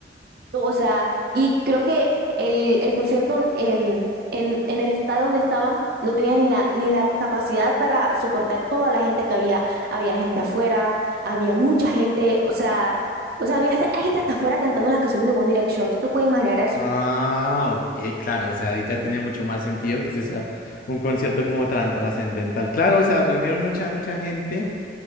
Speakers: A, on the right (about 60°); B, on the left (about 50°).
A: To- O sea, y creo que el, el concierto el, en, en el estadio donde estaban no tenía ni la, ni la capacidad para soportar toda la gente que había. Había gente afuera, había mucha gente, o sea, o sea, había hasta- hay gente hasta afuera cantando las canciones de One Direction. ¿Tú te puedes imaginar eso?
B: Ah, ok, claro, o sea, ahí ya tiene mucho más sentido que ese sea un concierto como tan trascendental. Claro, o sea, reunieron mucha, mucha gente